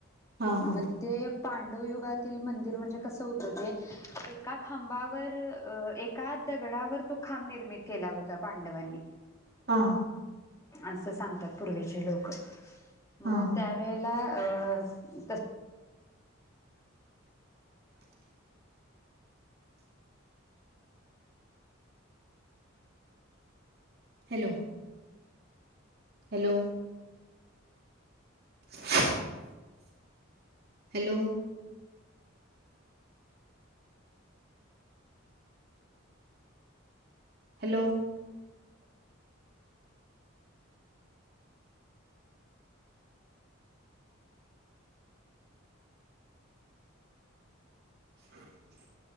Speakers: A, on the right; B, on the left.
A: हा हा
B: मग ते पांडवयुगातील मंदिर म्हणजे कसं होतं ते एका खांबावर एका दगडावर तो खांब निर्मित केला होता पांडवांनी
A: हा
B: असं सांगतात पूर्वीचे लोकं म
A: हा हा
B: त्यावेेळेला अ स तस
A: हॅलो! हॅलो ह <inaudible> हॅलो हॅलो ह <inaudible>